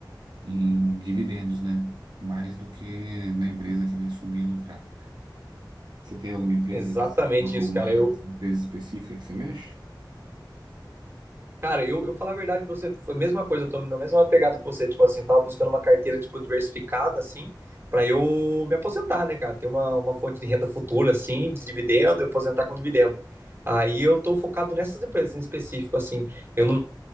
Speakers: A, on the right; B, on the right.
A: em dividendos, né? Mais do que na empresa que vai subir e lucrar. Você tem alguma empresa,
B: Exatamente
A: alguma
B: isso, cara. Eu,
A: empresa específica que você mexe?
B: cara, eu, eu falar a verdade pra você, foi a mesma coisa, eu tô na mesma pegada que você, tipo assim, tava buscando uma carteira, tipo, diversificada, assim, pra eu me aposentar, né, cara? Ter uma, uma fonte de renda futura, assim, de dividendo, e aposentar com dividendo. Aí eu tô focado nessas empresas em específico, assim. Eu não